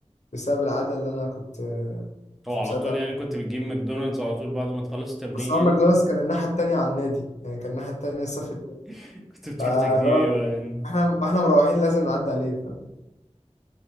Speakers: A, on the left; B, in the centre.
A: بسبب العاده اللي انا كنت
B: هو
A: مش
B: على
A: مسيطر
B: طول
A: عليها.
B: يعني كنت بتجيب ماكدونالدز على طول بعد ما تخلص التمرين
A: بس هو
B: يعني
A: ماكدونالدز كان الناحيه التانيه على النادي يعني كان الناحيه التانيه الصف
B: <laughs> كنت بتروح
A: فلو
B: تجيب ايوه يعني
A: احنا واحنا مروحين لازم نعدي عليه فاهم